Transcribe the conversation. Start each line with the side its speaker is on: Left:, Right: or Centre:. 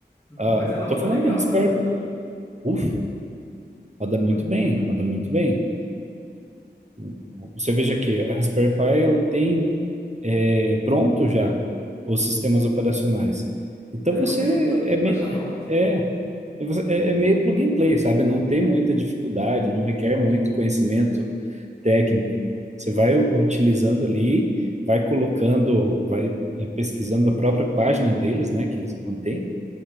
Left: Uhum,
Right: Ah,
Left: Mas ela roda
Right: tô falando
Left: legal,
Right: do Raspberry.
Left: o emulador?
Right: Uf, roda muito bem, roda muito bem. O- o- Você veja que a Raspberry Pi ela tem é, pronto já os sistemas operacionais.
Left: Ah,
Right: Então
Left: já
Right: você
Left: consegue
Right: é,
Left: baixar
Right: me-
Left: pronto.
Right: é, é, é meio plug and play, sabe? Não tem muita dificuldade, não requer muito conhecimento técnico. Você vai u- utilizando ali, vai colocando, vai é, pesquisando a própria página deles, né, que eles mantêm.